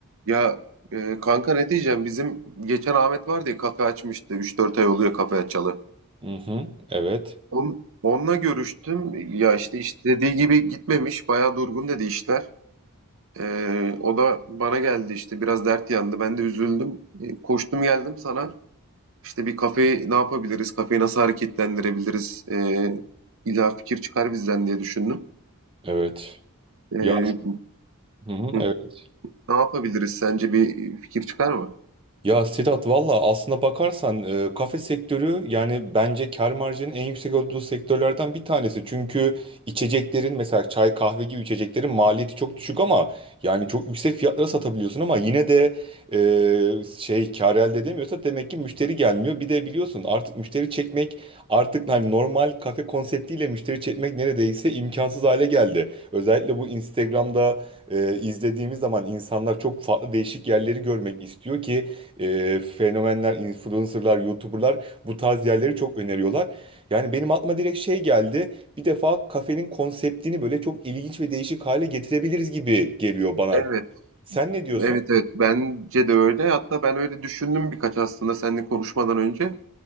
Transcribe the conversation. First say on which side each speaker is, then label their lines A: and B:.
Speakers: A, on the right (about 65°); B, on the right (about 25°).
A: Ya e, kanka ne diyeceğim bizim geçen Ahmet vardı ya kafe açmıştı üç dört ay oluyor kafe açalı.
B: Hı hı. Evet.
A: On, onunla görüştüm ya işte istediği gibi gitmemiş bayağı durgun dedi işler. E, o da bana geldi işte biraz dert yandı ben de üzüldüm. E, koştum geldim sana işte bir kafeyi ne yapabiliriz kafeyi nasıl hareketlendirebiliriz e, illa fikir çıkar bizden diye düşündüm.
B: Evet.
A: E,
B: Ya. Hı hı.
A: hı,
B: Evet.
A: ne yapabiliriz sence bir fikir çıkar mı?
B: Ya Sedat valla aslına bakarsan e, kafe sektörü yani bence kar marjının en yüksek olduğu sektörlerden bir tanesi. Çünkü içeceklerin mesela çay kahve gibi içeceklerin maliyeti çok düşük ama yani çok yüksek fiyatlara satabiliyorsun ama yine de e, şey kar elde edemiyorsa demek ki müşteri gelmiyor. Bir de biliyorsun artık müşteri çekmek artık hani normal kafe konseptiyle müşteri çekmek neredeyse imkansız hale geldi. Özellikle bu Instagram'da e, izlediğimiz zaman insanlar çok farklı değişik yerleri görmek istiyor ki e, fenomenler, influencerlar, youtuberlar bu tarz yerleri çok öneriyorlar. Yani benim aklıma direkt şey geldi. Bir defa kafenin konseptini böyle çok ilginç ve değişik hale getirebiliriz gibi geliyor bana.
A: Evet.
B: Sen ne diyorsun?
A: Evet evet bence de öyle. Hatta ben öyle düşündüm birkaç aslında seninle konuşmadan önce.